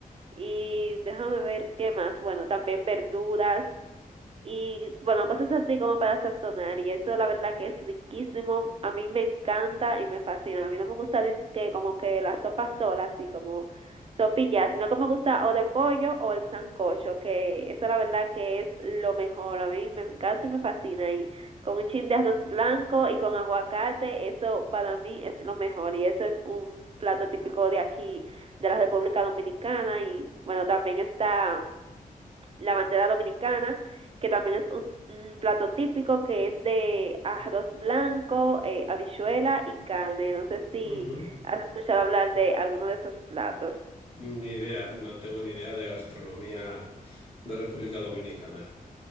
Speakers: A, on the right (about 40°); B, on the left (about 40°).
A: y déjame ver qué más, bueno, también verduras y bueno, cosas así como para sazonar. Y eso la verdad que es riquísimo. A mí me encanta y me fascina. A mí no me gusta que como que la sopa sola, así como sopilla, sino que me gusta o de pollo o el sancocho, que eso la verdad que es lo mejor. A mí me encanta y me fascina. Y con un chin de arroz blanco y con aguacate, eso para mí es lo mejor. Y eso es un plato típico de aquí, de la República Dominicana. Y bueno, también está la bandera dominicana, que también es un, un plato típico que es de arroz blanco, eh, habichuela y carne. No sé si
B: Ujú.
A: has escuchado hablar de alguno de esos platos.
B: Ni idea, no tengo ni idea de gastronomía de República Dominicana.